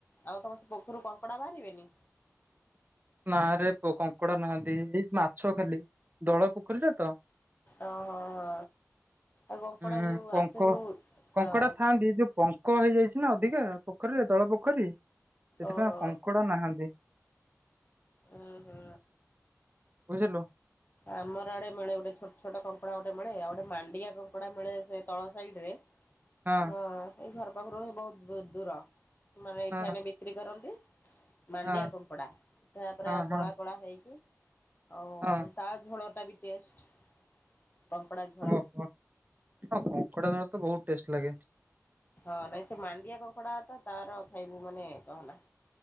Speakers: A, on the left; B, on the right.
A: ଆଉ ତମ ସେ ପୋଖରରୁ କଙ୍କଡ଼ା ବାହାରିବେନି?
B: ନା ରେ ପୁଅ, କଙ୍କଡା ନାହାନ୍ତି, ଏଇ ମାଛ ଖାଲି, ଦଳ ପୋଖରୀରେ ତ।
A: ଓହ ହଁ, ଆଉ କଙ୍କଡା
B: ଉଁ
A: ଯୋଉ
B: ପଙ୍କ
A: ଆସେ ଯୋଉ
B: କଙ୍କଡା
A: ହଁ
B: ଥାଆନ୍ତି ଯୋଉ ପଙ୍କ ହେଇଯାଇଛି ନା ଅଧିକା ପୋଖରୀରେ ଦଳ ପୋଖରୀ ସେଥିପାଇଁ
A: ଓହୋ
B: କଙ୍କଡା ନାହାନ୍ତି।
A: ଓ ହୋ
B: ବୁଝିଲୁ?
A: ଆମର ଆଡେ ମିଳେ ଗୋଟେ ଛୋଟ ଛୋଟ କଙ୍କଡା ଗୋଟେ ମିଳେ, ଆଉ ଗୋଟେ ମାଣ୍ଡିଆ କଙ୍କଡା ମିଳେ ସେ ତଳ ସାଇଡ ରେ
B: ହଁ
A: ତମ ଏଇ ଘର ପାଖରୁ ହ ବହୁତହୁ ଦୂର ସେମାନେ ଏଇଠି
B: ହଁ
A: ବିକ୍ରି କରନ୍ତି। ମାଣ୍ଡିଆ
B: ହଁ
A: କଙ୍କଡା, ସେଠା ପୁରା
B: ହଁ
A: କଳା
B: ହଁ
A: କଳା ହେଇକି ଆଉ
B: ହଁ
A: ତା ଝୋଳଟା ବି ଟେଷ୍ଟ। କଙ୍କଡ଼ା ଝୋଳ
B: ଅହ, କିନ୍ତୁ କଙ୍କଡା ମତେ ବହୁତ ଟେଷ୍ଟ ଲାଗେ।
A: ହଁ ନାଇଁ ସେ ମାଣ୍ଡିଆ କଙ୍କଡା ତ ତାର ଖାଇବୁ ମାନେ କହନା।